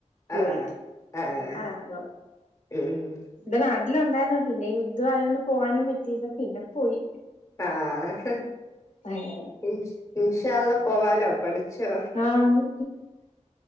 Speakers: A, on the left; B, on the left.
A: ആ
B: ജോലിക്ക്
A: ആ ആ ആ
B: അറാംകോട്
A: ഉം ഉം
B: ഇബടെ നാട്ടില്ണ്ടാര്ന്നു പിന്നെഈ യുദ്ധം ആയതോണ്ട് പോവാനും പറ്റിയില്ല പിന്നെ പോയി
A: ആഹ്
B: അങ്ങനെ
A: ഇൻ ഇൻഷാഅള്ളാ പോവാലോ പഠി ച്ചോ
B: ആന്ന്